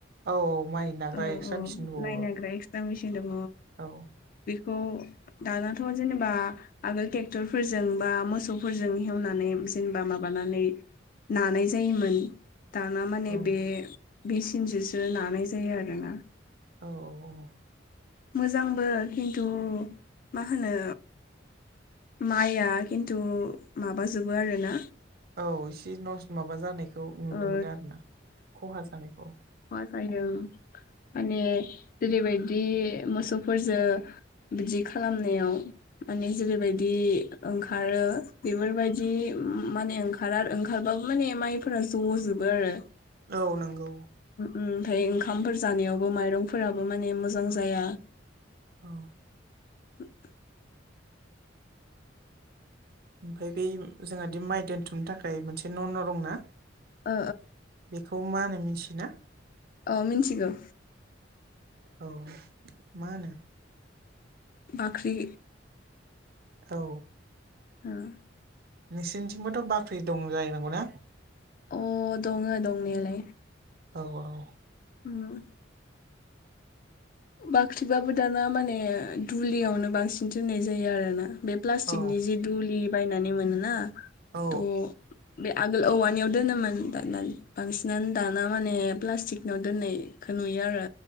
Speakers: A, on the right (about 55°); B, on the left (about 45°).
A: औ औ माइ नाग्रा
B: औ
A: एक्सत्रा
B: औ
A: मेसिन दंबावो
B: माइ नाग्रा एक्सट्रा मेचिन दङ
A: औ
B: बेखौ दानाथ' जेनेबा आगोल ट्रेक्टरफोरजों बा मोसौफोरजों हेवनानै जेनेबा माबानानै नानाय जायोमोन दाना माने
A: औ
B: बे बे मेसिनजोंसो नानाय जायो आरोना
A: औ औ औ
B: मोजांबो खिन्थु मा होनो माइआ खिन्थु माबाजोबो आरोना
A: औ इसे नस माबा जानायखौ नुनो
B: ओ
A: मोनो आरोना खहा जानायखौ
B: मा जायो माने जेरैबायदि मोसौफोरजों बिदि खालामनायाव माने जेरैबायदि ओंखारो बेफोरबायदि माने ओं खारार ओंखारबाबो माने माइफोरा ज'जोबो आरो।
A: औ नंगौ।
B: ओमफ्राय ओंखामफोर जानायावबो माइरंफोराबो माने मोजां जाया।
A: औ।
B: <inaudible>
A: ओमफफ्राय बै जोंहादि माइ दोनथुमनो थाखाय मोनसे न' न' दं ना।
B: ओ
A: बेखौ मा होनो मिथियोना
B: औ मिथिगौ।
A: औ मा होनो।
B: बाख्रि।
A: औ।
B: <inaudible>
A: नोंसोरनिथिंबोथ' बाख्रि दं जाहनांगौ ना
B: अ दंङो दं नेल
A: औ औ
B: म बाख्रिबाबो दाना माने दुलियावनो बांसिन दोननाय जायो आरोना बे प्लास्टिकनि
A: औ
B: जि दुलि बायनानै मोनोना थ'
A: औ
B: बे आगोल औवानियाव दोनोमोन दाना बांसिनानो दाना माने प्लास्टिकनिाव दोननाय खौ नुयो आरो।